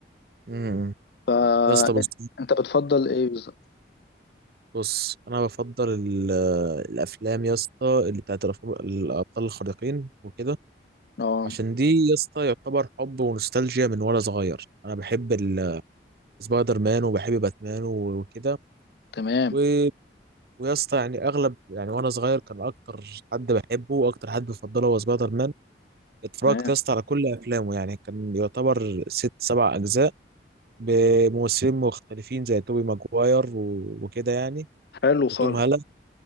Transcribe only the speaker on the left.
فانت
بتفضل ايه بالظبط
اه
تمام
تمام
حلو
خالص